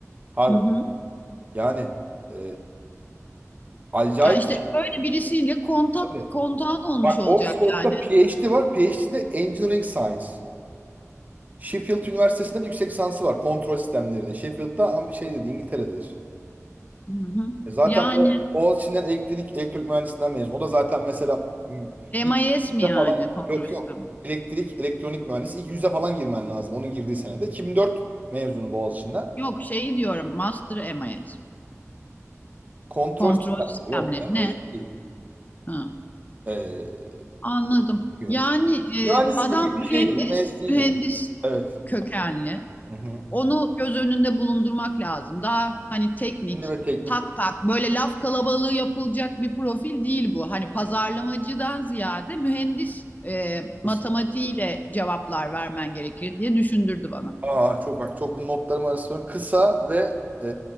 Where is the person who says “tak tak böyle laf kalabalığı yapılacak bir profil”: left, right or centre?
Left